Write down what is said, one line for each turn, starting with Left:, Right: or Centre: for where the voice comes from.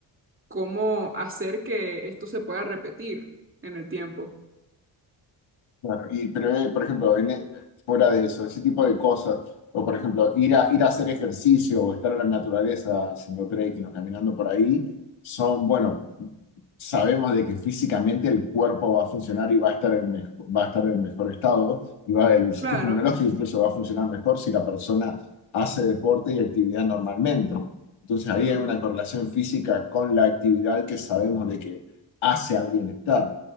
Right: cómo hacer que esto se pueda repetir en el tiempo.
Left: Claro, y, pero, eh, por ejemplo, en e- fuera de eso, ese tipo de cosas, o por ejemplo, ir a, ir a hacer ejercicio o estar en la naturaleza haciendo trekking o caminando por ahí, son, bueno, sabemos de que físicamente el cuerpo va a funcionar y va a estar en, mejo- va a estar en mejor estado, y va, el sistema
Right: Claro.
Left: inmunológico incluso va a funcionar mejor si la persona hace deporte y actividad normalmente. Entonces ahí
Right: Ujú,
Left: hay una correlación física con la actividad que sabemos de que hace al bienestar